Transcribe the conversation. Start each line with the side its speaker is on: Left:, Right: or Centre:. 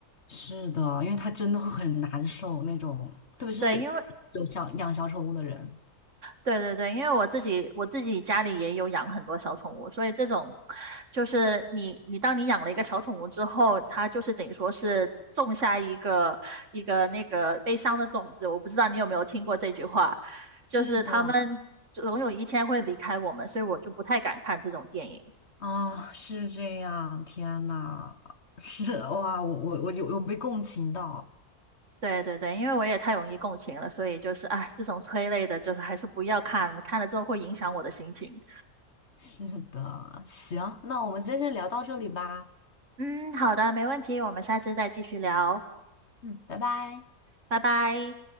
Left: 是的，因为它真的会很难受那种，特别是有小养小宠物的人。
Right: 对，因为对对对，因为我自己我自己家里也有养很多小宠物，所以这种就是你你当你养了一个小宠物之后，它就是等于说是种下一个一个那个悲伤的种子。我不知道你有没有听过这句话，就是他们总有一天会离开我们，
Left: 是的，
Right: 所以我就不太敢看这种电影。
Left: 啊，是这样。天呐，是哇，我我我有有被共情到。
Right: 对对对，因为我也太容易共情了，所以就是哎，这种催泪的，就是还是不要看了，看了之后会影响我的心情。
Left: 是的，行，那我们今天先聊到这里吧，
Right: 嗯，好的，没问题，我们下次再继续聊，
Left: 嗯，拜拜。
Right: 拜拜。